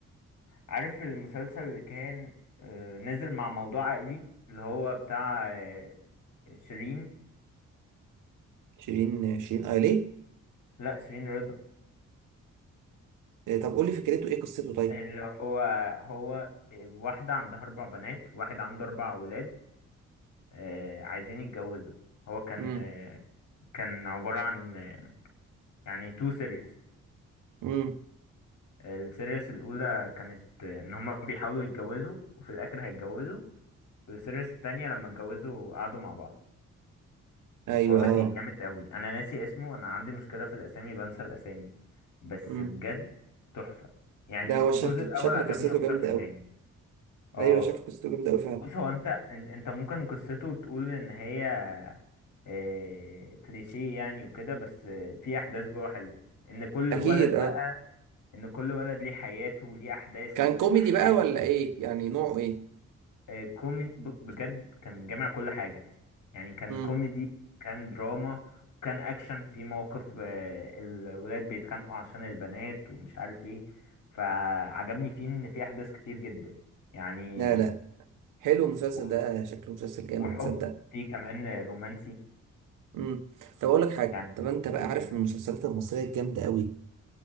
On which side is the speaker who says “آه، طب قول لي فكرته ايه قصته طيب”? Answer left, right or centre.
Right